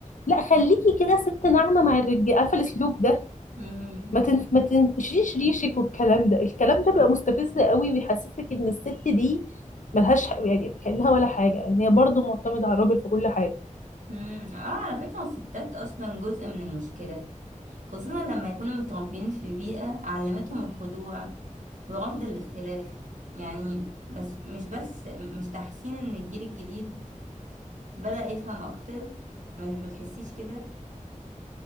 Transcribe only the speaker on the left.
لا خليكي كده ست ناعمة مع الرجالة عارفة الأسلوب ده
ما تنف... ما تنفشيش ريشك والكلام ده الكلام ده بيبقى مستفز قوي ويحسسك إن الست دي ملهاش ح- يعني كأنها ولا حاجة إن هي برضه معتمدة على الراجل في كل حاجة